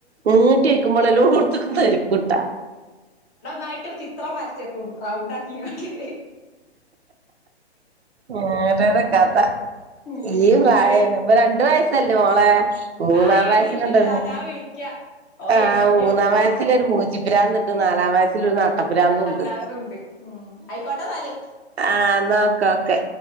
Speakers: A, on the right; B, on the left.
A: മൂട്ടി വക്കുമ്പോളല്ലോ ട്ത്ത്കും തറിക്കുട്ട
B: നായിട്ട്രു ചിത്രം വരച്ചെക്കും റൗണ്ട് ആക്കിക്കാണ്ട്
A: ഓരോരൊ കഥ
B: ഉം
A: ഈ പ്രായമാണ്
B: ഇവന് പിന്നെ
A: ഇപ്പൊ രണ്ടു വയസല്ലേ മോളെ മൂന്നാം
B: ആഹ് എണീറ്റിട്ടാ
A: വയസിലുണ്ടരുന്നു
B: ഞാൻ വിളിക്കാ ഓൻ
A: ആ
B: എണീറ്റ്
A: മൂന്നാം വയസ്സിലരു
B: ആഹ്
A: മൂ ച്ചി ഭ്രാന്ത്ണ്ട് നാലാം വയസ്സൽ ഒരു പട്ടപ്പുരാന്തുണ്ട്
B: നട്ടപ്രാന്തുണ്ട് ഉം ആയിക്കോട്ടെന്നാല്
A: ആ എന്നാ ക്കെ